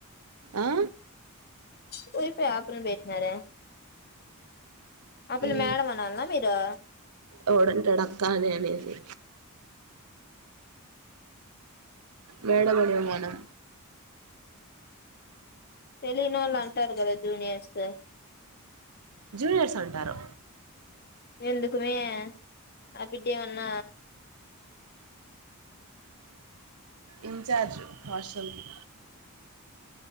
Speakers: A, on the right (about 90°); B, on the left (about 45°).
A: ఆ
B: పోయి, పోయి ఆ పిల్లని పెట్టినారే, ఆ పిల్ల
A: ఏ
B: మేడం అనాల్నా మీరు.
A: ఎవడంటాడు అక్క అని అనేది మేడం అండి మనం
B: తెలియనోళ్లు అంటారు గద జూనియర్స్
A: జూనియర్స్ అంటారు
B: ఎందుకుమే ఆ బిడ్డ ఏమన్న
A: ఇన్ఛార్జ్ హాస్టల్కి